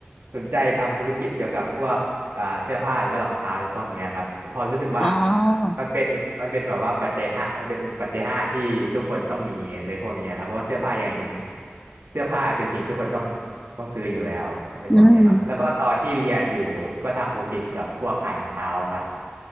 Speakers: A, on the right (about 65°); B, on the left (about 20°).
A: สนใจทำธุรกิจเกี่ยวกับพวกอ่าเสื้อผ้าหรือว่ารองเท้าอะไรพวกเนี้ยครับเพอรู้สึกว่า
B: อ๋อ
A: มันเป็นมันเป็นแบบว่าปัจจัยห้ามันเป็นปัจจัยห้าที่ทุกคนต้องมีอะไรพวกเนี้ยครับเพราะว่าเสื้อผ้ายังไงเป็นเสื้อผ้าเป็นสิ่งที่ทุกคนต้องต้องซื้ออยู่แล้วอะไรพวกเนี้ยครับแล้วก็ตอนที่เรียนอยู่ก็ทำโปรเจกต์เกี่ยวกับพวกขายรองเท้าครับ
B: อืม